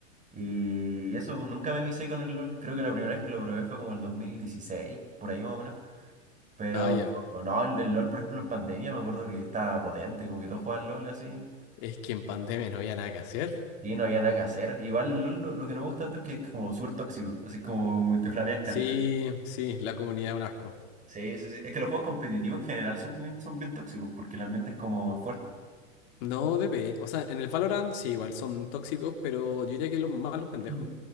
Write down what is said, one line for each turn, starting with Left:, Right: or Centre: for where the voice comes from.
Right: Y eso, pues, nunca me vicié con el LOL. Creo que la primera vez que lo probé fue como el 2016 por ahí más o menos. Pero
Left: Ah, ya.
Right: no, el, el LOL, por ejemplo, en pandemia me acuerdo que estaba potente, como que todos jugaban LOL así.
Left: Es que en pandemia no había nada que hacer.
Right: Y no había nada que hacer. Igual el LoL lo, lo que no me gusta tanto es que es como súper tóxico, así como te flamean caleta.
Left: Sí, sí, la comunidad es un asco.
Right: Sí, sí, sí. Es que los juegos competitivos en general son bien, son bien tóxicos porque el ambiente es como fuerte.
Left: No, DP. O sea, en el Valorant sí, igual son tóxicos, pero yo diría que los más los pendejos.
Right: Mm.